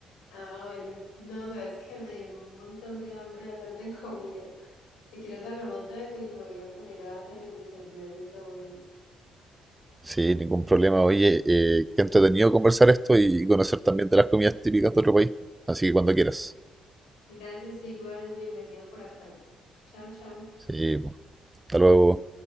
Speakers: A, on the left; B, on the right.
A: Ah, bueno, no, sabes que me dio un montón de hambre hablar de comida. Si quieres hablamos luego y me voy a poner a hacer el desayuno en este momento.
B: sí, ningún problema. Oye, eh, qué entretenido conversar esto y conocer también de las comidas típicas de otro país. Así que cuando quieras.
A: Gracias, igual, bienvenido por acá. Chao, chao.
B: Sí, pues, hasta luego.